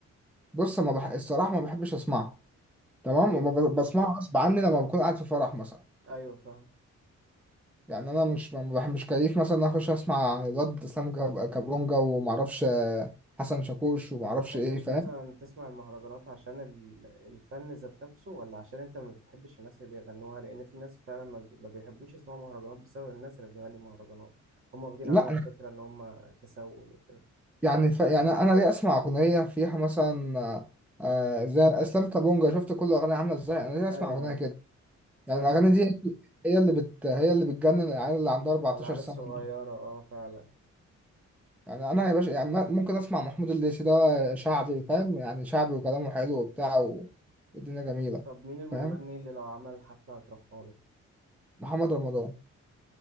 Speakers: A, in the centre; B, on the right.
A: بص ما بح... الصراحه ما بحبش اسمعه تمام
B: ايه
A: ما ب- بسمعه غصب عني لما بكون قاعد في فرح مثلا
B: ايوه فاهم
A: يعني انا مش ما بح... مش كيف مثلا اخش اسمع الواد اسلام كاب- كابونجا ومعرفش آه، حسن شاكوش ومعرفش
B: ما بتحبش
A: ايه فاهم
B: مثلا تسمع المهرجانات عشان ال- الفن ذات نفسه ولا عشان انت ما بتحبش الناس اللي بيغنوها لان في ناس فعلا ما بي- ما بيحبوش يسمعوا مهرجانات بسبب الناس اللي بتغني مهرجانات هم واخدين
A: لا
B: عنهم فكرة ان هم تسول وكده
A: يعني ف... يعني انا ليه اسمع اغنيه فيها مثلا آه، آه، زي اسلام كابونجا شفت كل اغنيه عامله ازاي انا ليه اسمع
B: ايوه
A: اغنيه
B: ايوه
A: كده
B: فاهم
A: يعني الاغاني دي هي اللي بت... هي اللي بتجنن العيال اللي عندها 14
B: العيال
A: سنه
B: الصغيرة
A: دي.
B: اه فعلا
A: يعني انا يا باشا يعني ممكن اسمع محمود الليثي ده شعبي فاهم يعني شعبي وكلامه حلو وبتاع والدنيا جميله
B: طب مين المغني
A: فاهم
B: اللي لو عمل حفلة هتروحها له
A: محمد رمضان